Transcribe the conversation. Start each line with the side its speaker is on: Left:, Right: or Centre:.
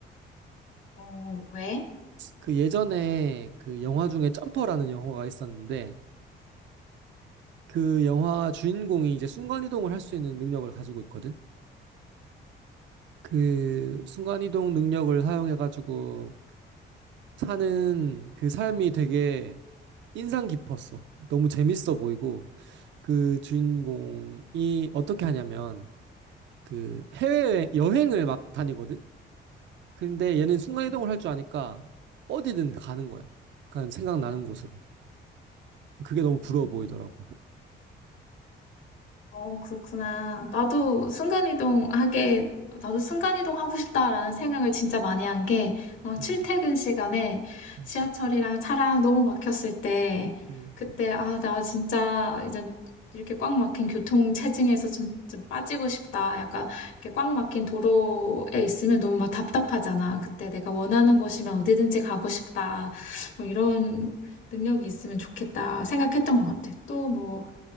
Left: 어, 왜?
Right: 그 예전에 그 영화 중에 점퍼라는 영화가 있었는데, 그 영화 주인공이 이제 순간이동을 할 수 있는 능력을 가지고 있거든? 그 순간이동 능력을 사용해가지고 사는 그 삶이 되게 인상 깊었어. 너무 재밌어 보이고, 그 주인공이 어떻게 하냐면, 그 해외 여행을 막 다니거든? 근데 얘는 순간이동을
Left: 응. 어,
Right: 할 줄 아니까 어디든 가는 거야. 그냥 생각나는 곳으로. 그게 너무
Left: 어,
Right: 부러워 보이더라고.
Left: 어, 그렇구나. 나도 순간이동 하게, 나도 순간이동 하고 싶다라는 생각을 진짜 많이 한 게, 어, 출퇴근
Right: 음,
Left: 시간에
Right: 음,
Left: 지하철이랑 차랑 너무 막혔을 때,
Right: 음,
Left: 그때, 아, 나 진짜 이제 이렇게 꽉 막힌 교통 체증에서 좀, 좀 빠지고 싶다. 약간 이렇게 꽉 막힌 도로에 있으면 너무 막 답답하잖아. 그때 내가 원하는 곳이면 어디든지 가고 싶다. 뭐 이런 능력이 있으면 좋겠다 생각했던 것 같아. 또 뭐,